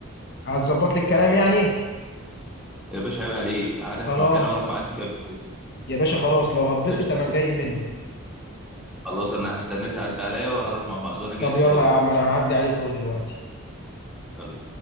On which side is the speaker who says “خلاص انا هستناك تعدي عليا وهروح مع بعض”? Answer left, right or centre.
Centre